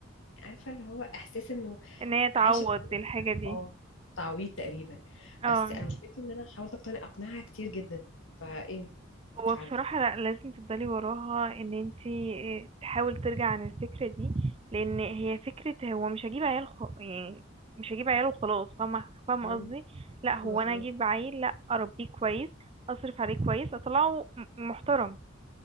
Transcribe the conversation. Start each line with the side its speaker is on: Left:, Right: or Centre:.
Left: عارفه اللي هو احساس انه
Right: ان هي تعوض
Left: عايشه
Right: الحاجة دي
Left: اه تعويض تقريبا
Right: اه
Left: بس انا مشكلتي ان انا حاولت اقتنع اقنعها كتير جدا فايه
Right: هو
Left: مش عارفه
Right: بصراحة لا لازم تفضلي وراها ان انتي إيه، تحاول ترجع عن الفكرة دي لان هي فكرة هو مش هجيب عيال خ... يعني مش هجيب عيال وخلاص فاهمة فاهمة
Left: مم،
Right: قصدي لا هو
Left: مظبوط
Right: انا هجيب عيل لا اربيه كويس اصرف عليه كويس اطلعه م- محترم